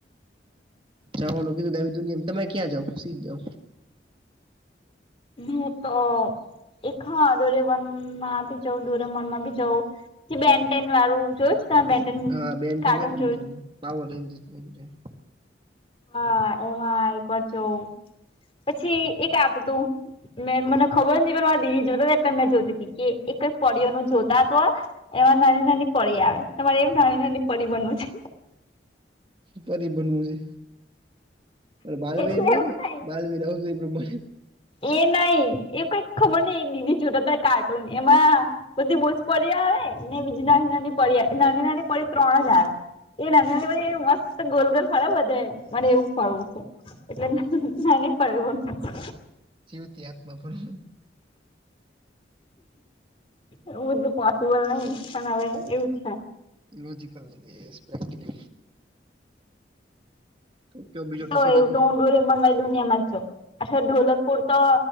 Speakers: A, on the right; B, on the left.
A: જવાનું કીધું તું આવી દુનિયા તમે ક્યાં જાવ સીધ જાવ?
B: હાતો એક હા ડોરેમોરમાંભી જઉ ડોરેમોરમાભી જઉ. બેનટેન વાળું જોયું તમે.
A: <unintelligible> હા બેન્ટે
B: કાર્ટૂન
A: પણાવ
B: જોયું
A: <unintelligible>
B: હા એમાં એકવારજો પછી એકદુ મેં મને ખબર નથી ઈ જોતાતા કે તમને જોતીતી કે એક જ કોડિયો નું જોતા તો. એમાં નાની નાની પરી આવે તમારે એવ નાની નાની પરી બનવું છે.
A: પરી બનવું છે, પણ બાલવીર
B: એટલે
A: નઈ
B: એવું
A: ને
B: થાય
A: બાલવીર આવતું.
B: એ નહી એ કઈ ખબર નહી એ બીજું જોતાતા કાર્ટૂન એમાં બધી બહુજ પરીયા આવે ને બીજી નાની નાની પરી નાની નાની પરી ત્રણ જ આવે. એ નાની પરી એવું મસ્ત ગોલગોલ ફળે બધે. મને એવું ફરવું તુ એટલે નાની <unintelligible>
A: જીવતી આત્મા પણ
B: એઉ તો પોસિબલ નહી પણ હવે એવું છે.
A: ઈલોજિકલ કેસ પ્રેક્ટિકલ તો કયો બીજો ટોપિક
B: તોય
A: આગળ
B: તો હું ડોરેમોનવાળી દુનિયામાં છું અચ્છા ઢોલક પુરતો